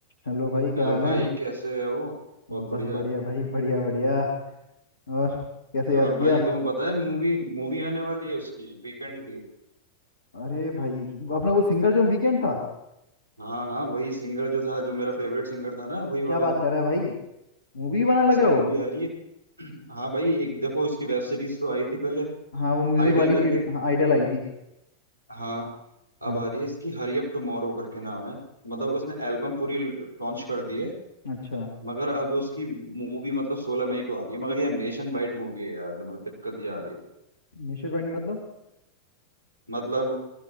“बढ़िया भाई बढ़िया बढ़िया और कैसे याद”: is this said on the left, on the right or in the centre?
Left